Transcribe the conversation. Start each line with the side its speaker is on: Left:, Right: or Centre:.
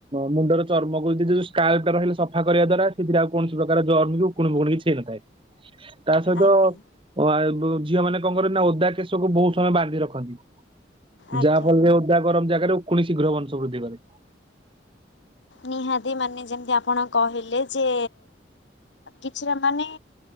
Right: ମୁଣ୍ଡର ଚର୍ମକୁ ଯି ଯୋଉ ସ୍କାଲଟା ରହିଲେ ସଫା କରିବା ଦ୍ଵାରା, ସେଥିରେ ଆଉ କୌଣସି ପ୍ରକାର ଜର୍ମକୁ ଉକୁଣୀ ଫୁକୁଣୀ କିଛି ହେଇନଥାଏ। ତା ସହିତ
Left: ଆଜ୍ଞା
Right: ଓ-ବ ଝିଅ ମାନେ କଣ କରନ୍ତି ନା ଓଦା କେଶକୁ ବହୁତ ସମୟ ବାନ୍ଧି ରଖନ୍ତି।
Left: ଆଜ୍ଞା।
Right: ଯାହା ଫଳରେ ଓଦା ଗରମ ଜାଗାରେ ଉକୁଣୀ ଶୀଘ୍ର ବଂଶ ବୃଦ୍ଧି କରେ।
Left: ନିହାତି ମାନେ ଯେମିତି ଆପଣ କହିଲେ ଯେ କିଛିଟା ମାନେ